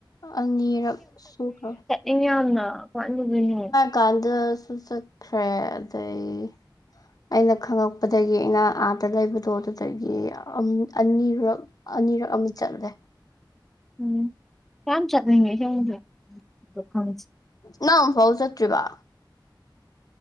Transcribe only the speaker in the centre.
ꯏꯪꯌꯥꯝꯅ ꯀꯃꯥꯏ ꯇꯧꯗꯣꯏꯅꯣ
ꯎꯝ ꯌꯥꯝ ꯆꯠꯂꯤꯅꯦ ꯑꯁꯦꯡꯕꯁꯨ